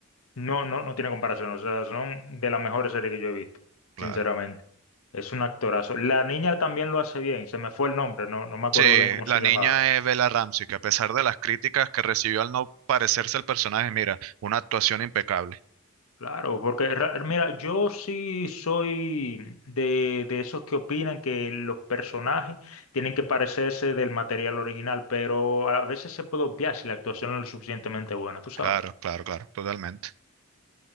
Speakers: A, on the left; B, on the right.
A: No, no, no tiene comparación. O sea, son de las mejores series que yo he visto,
B: claro.
A: sinceramente. Es un actorazo. La niña también lo hace bien. Se me fue el nombre, no, no me acuerdo
B: Sí,
A: bien cómo
B: la
A: se llamaba.
B: niña es Bella Ramsey, que a pesar de las críticas que recibió al no parecerse al personaje, mira, una actuación impecable.
A: Claro, porque ra- mira, yo sí soy de, de esos que opinan que los personajes tienen que parecerse del material original, pero a veces se puede obviar si la actuación no es lo suficientemente buena, tú sabes.
B: Claro, claro, claro, totalmente.